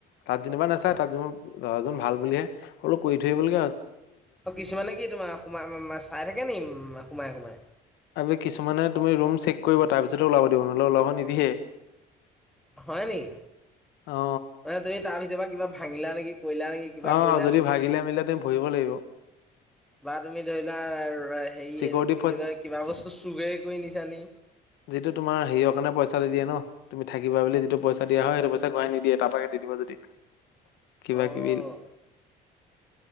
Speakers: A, on the left (about 85°); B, in the centre.
A: তাত যেনিবা নাচাই
B: অ'
A: তাত যে লৰাজন ভাল বুলিহে অলপ কৰি থৈবলগীয়া।
B: অ, কিছুমানে কি তোমাৰোমাই চাই থাকে নে সোমাই - সোমাই।
A: ত' কিছুমানে তুমি ৰুম চেক কৰিব তাৰ পিছতেো ওলাব দিব নহ'লে ওলাব নিদিয়ে।
B: হয় নেকি
A: অ
B: মানে তুমি তাৰ ভিতৰ পৰা কিবা ভাঙিলা নেকি। কৰিলা নেকি কিবা
A: অ
B: কৰিলা
A: যদি
B: নেকি
A: ভাগিলে মিলিলে তুমি ভৰিব লাগিব
B: বা তুমি ধৰিলোৱা হেৰি
A: চিকিউৰিটি
B: আৰু কি
A: ফৰ্চ
B: বুলি কয় কিবা বস্তু চুগে কৰি নিছানি।
A: যিটো তোমাৰ হেৰিয় কাৰণে পইচা দি দিয়ে ন। তুমি থাকিবা বুলি যিটো পইচা দিয়া হয় সেইটো পইচা ঘূৰা নিদিয়ে তাৰপৰা কে দি দিব যদি কিবা
B: অ'
A: কিবি।